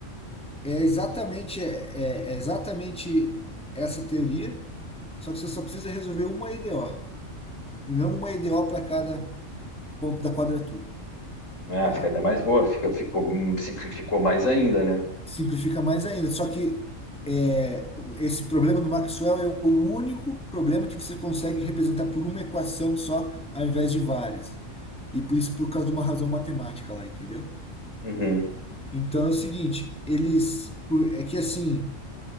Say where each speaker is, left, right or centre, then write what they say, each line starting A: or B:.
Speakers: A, in the centre; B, on the left.
A: é exatamente, é, é é exatamente essa teoria, só que você só precisa resolver uma EDO. E não uma EDO para cada ponto da quadratura,
B: Ah,
A: tá?
B: fica até mais boa, fica, ficou, hum, simplificou mais ainda, né?
A: Simplifica mais ainda. Só que é, o- esse problema do Maxwell é o único problema que você consegue representar por uma equação só, ao invés de várias. E por isso por causa de uma razão matemática lá, entendeu?
B: Uhum,
A: Então é o seguinte, eles por- é que assim,